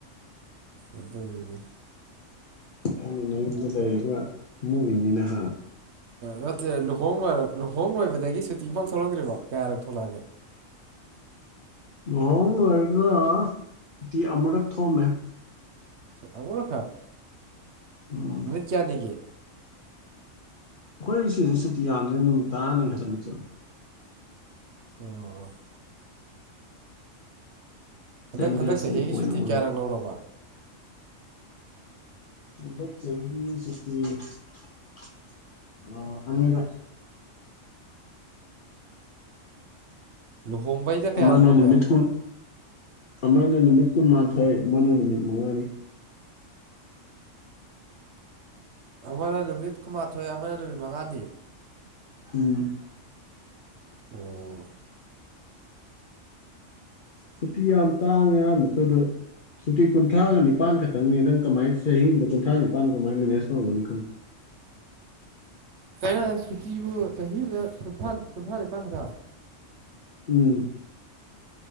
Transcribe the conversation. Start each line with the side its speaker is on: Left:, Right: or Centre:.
Right: ꯑꯗꯨ ꯇꯧꯔꯤꯕꯅꯦ
Left: ꯅꯪꯅ ꯅꯌꯨꯝꯗ ꯂꯩꯔꯒ ꯃꯨꯛꯏꯅꯤꯅꯦ ꯍꯥ
Right: ꯅꯠꯇꯦ ꯂꯨꯍꯣꯡ ꯂꯣꯏꯔ ꯂꯨꯍꯣꯡ ꯂꯣꯏꯕꯗꯒꯤ ꯁꯨꯇꯤ ꯑꯃꯐꯥꯎ ꯊꯣꯛꯂꯛꯇ꯭ꯔꯤꯕꯣ ꯀꯌꯥꯔꯛ ꯊꯣꯛꯂꯛꯑꯒꯦ
Left: ꯂꯣꯍꯣꯡ ꯂꯣꯏꯔꯒ ꯁꯨꯇꯤ ꯑꯃꯨꯔꯛ ꯊꯣꯑꯝꯃꯦ
Right: ꯑꯃꯨꯔꯈꯥꯠ
Left: ꯎꯝ
Right: ꯀ꯭ꯌꯥꯗꯒꯤ
Left: ꯑꯩꯈꯣꯏ ꯁꯤꯁꯦ ꯁꯨꯇꯤ ꯌꯥꯝꯅꯤ ꯅꯨꯃꯤꯠ ꯇꯔꯥꯅꯤ ꯈꯛꯇꯪꯅꯤ ꯆꯠꯂ
Right: ꯑꯣ ꯍꯟꯗꯛ
Left: ꯇꯦꯟ ꯗꯦꯖ
Right: ꯍꯟꯗꯛ ꯆꯍꯤꯒꯤ
Left: ꯂꯤꯞ ꯑꯣꯏꯅ
Right: ꯁꯨꯇꯤ
Left: ꯑꯣꯏꯕ
Right: ꯀꯌꯥꯔꯛ ꯂꯧꯔꯕ
Left: UNINTELLIGIBLE
Right: ꯂꯨꯍꯣꯡꯕꯩꯗ ꯀꯌꯥꯔꯛ
Left: ꯑꯃꯅ
Right: ꯂꯧꯒꯦ
Left: ꯅꯨꯃꯤꯠ ꯀꯨꯟ ꯑꯃꯅ ꯅꯨꯃꯤꯠ ꯀꯨꯟꯃꯥꯊꯣꯏ ꯑꯃꯅ ꯅꯨꯃꯤꯠ ꯃꯉꯥꯅꯤ
Right: ꯑꯃꯅ ꯅꯨꯃꯤꯠ ꯀꯨꯟꯃꯥꯊꯣꯏ ꯑꯃꯅ ꯅꯨꯃꯤꯠ ꯃꯉꯥꯅꯤ
Left: ꯎꯝ
Right: ꯑꯣ
Left: ꯁꯨꯇꯤ ꯌꯥꯝ ꯇꯥꯡꯉꯦ ꯍꯥꯏ ꯃꯛꯇꯗ ꯁꯨꯇꯤ ꯀꯨꯟꯊ꯭ꯔꯥꯒ ꯅꯤꯄꯥꯟ ꯈꯠꯇꯪꯅꯦ ꯅꯪ ꯀꯃꯥꯏꯅ ꯆꯍꯤ ꯑꯃꯗ ꯀꯨꯟꯊ꯭ꯔꯥꯅꯤꯄꯥꯟ ꯀꯃꯥꯏ ꯃꯦꯅꯦꯖ ꯇꯧꯔꯝꯒꯅꯤ ꯈꯪꯂꯨ
Right: ꯀꯩꯅꯣ ꯁꯨꯇꯤꯕꯨ ꯆꯍꯤ ꯑꯃꯗ ꯀꯨꯟꯊ꯭ꯔꯥ ꯀꯨꯟꯊ꯭ꯔꯥꯅꯤꯄꯥꯟ ꯈꯛꯇ
Left: ꯎꯝ